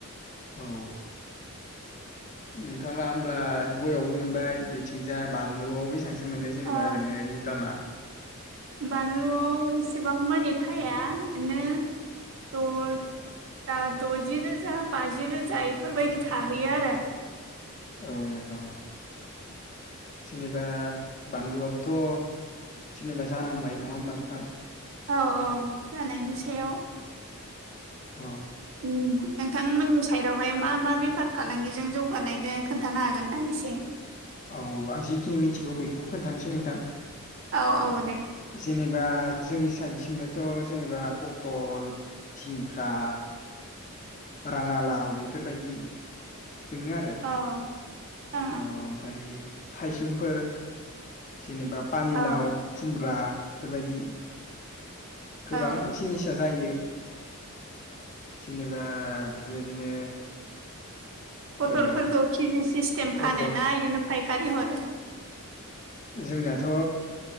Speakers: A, on the left; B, on the right.
A: औ नोंथाङा होमब्ला गयावबो मोनबाय बिथिंजा बानलुआव बेसांसो मोनो जेनेबा
B: औ
A: ओरैनो इंकामा
B: बानलुआव इसेबां मानि थायानो द दा द'जि रोजा बाजि रोजा इफोरबायदि थाहैयो आरो
A: औ नोंथां औ जेनेबा बानलुआबोथ जेननिबा जानांबाय नङा होमबा नोंथां
B: औ औ जानायनि सायाव
A: औ
B: उम नोंथांमोननि साइदावहाय मा मा बेफार फालांगिजों जौगानाय दोङो खोन्थानो हागोनना एसे
A: औ आं जिखिनि मिथिगौ बेखौ खोन्थानोसै नोंथां
B: औ औ दे
A: जेनेबा जोंनि साइडथिंनाथ जेनेबा पटल जिंखा राङालाव बेफोरबायदि दोङो आरो
B: अ
A: ओ ओमफ्राय थायसुमफोर जेनेबा पानिलाव
B: औ
A: सुमब्रा बेफोरबायदि गोबां
B: औ
A: जिनिसा जायो जेनेबा बेफोरबायदिनो
B: पथलफोरखौ
A: ओ
B: केजि सिस्टेम
A: पटल
B: फानो ना बिदिनो फायखारि हरो
A: जोंनियाथ